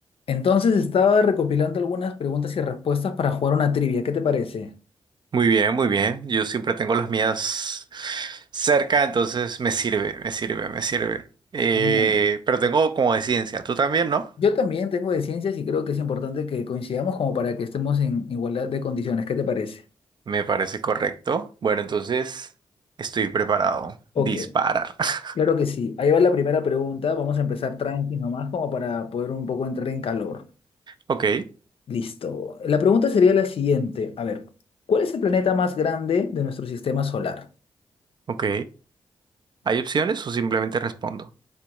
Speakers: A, on the left (about 60°); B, on the right (about 45°).
A: Entonces estaba recopilando algunas preguntas y respuestas para jugar una trivia. ¿Qué te parece?
B: Muy bien, muy bien. Yo siempre tengo las mías cerca, entonces me sirve, me sirve, me sirve. Eh,
A: Genial.
B: pero tengo como de ciencia, tú también, ¿no?
A: Yo también tengo de ciencias y creo que es importante que coincidamos como para que estemos en igualdad de condiciones. ¿Qué te parece?
B: Me parece correcto. Bueno, entonces estoy preparado.
A: Ok,
B: Dispara. <laughs>
A: claro que sí. Ahí va la primera pregunta. Vamos a empezar tranqui nomás como para poder un poco entrar en calor.
B: Ok,
A: Listo. La pregunta sería la siguiente. A ver, ¿cuál es el planeta más grande de nuestro sistema solar?
B: ok. ¿Hay opciones o simplemente respondo?